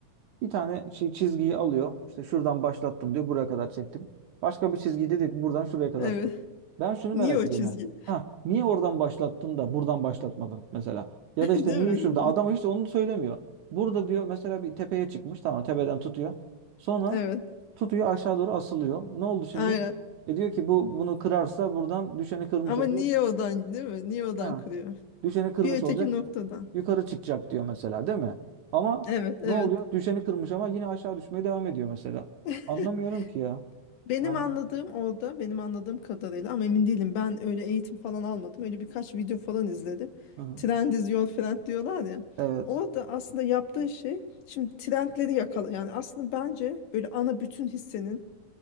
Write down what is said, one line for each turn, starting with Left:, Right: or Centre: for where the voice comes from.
Right: bir tane şey çizgiyi alıyor. İşte şuradan başlattım diyor. Buraya kadar çektim. Başka bir çizgi dedik ki buradan şuraya kadar
Left: Evet.
Right: çektim. Ben şunu
Left: Niye
Right: merak
Left: o
Right: ediyorum.
Left: çizgi?
Right: Ha, Ha, niye oradan başlattın da buradan başlatmadın mesela? Ya
Left: <laughs>
Right: da işte
Left: Değil
Right: niye şurada?
Left: mi?
Right: Adam hiç onu söylemiyor. Burada diyor mesela bir tepeye çıkmış. Tamam tepeden tutuyor. Sonra
Left: Evet.
Right: tutuyor aşağı doğru asılıyor. Ne oldu şimdi?
Left: Aynen.
Right: E diyor ki bu bunu kırarsa buradan düşeni kırmış
Left: Ama
Right: olacak.
Left: niye odan değil mi? Niye odan
Right: Ha,
Left: kırıyor?
Right: düşeni kırmış
Left: Bir öteki
Right: olacak
Left: noktadan.
Right: yukarı çıkacak diyor mesela değil mi? Ama
Left: Evet, evet.
Right: ne oluyor? Düşeni kırmış ama yine aşağı düşmeye devam ediyor mesela.
Left: <laughs>
Right: Anlamıyorum ki ya.
Left: Benim
Right: Yani
Left: anladığım orada, benim anladığım kadarıyla ama emin değilim ben öyle eğitim falan almadım. Öyle birkaç video falan izledim.
Right: hı hı.
Left: Trend is your friend diyorlar ya.
Right: Evet.
Left: Orada aslında yaptığı şey şimdi trendleri yakala yani aslında bence böyle ana bütün hissenin